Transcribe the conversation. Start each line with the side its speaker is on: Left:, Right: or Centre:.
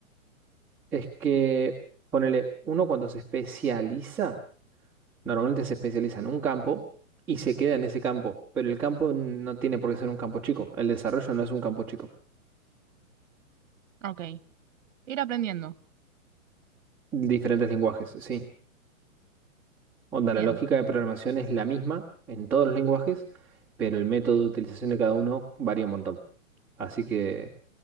Centre: Es que, ponele, uno cuando se especializa, normalmente se especializa en un campo y se queda en ese campo, pero el campo no tiene por qué ser un campo chico. El desarrollo no es un campo chico.
Right: Ok. Ir aprendiendo.
Centre: Diferentes lenguajes, sí. Onda,
Right: Bien.
Centre: la lógica de programación es la misma en todos los lenguajes, pero el método de utilización de cada uno varía un montón. Así que,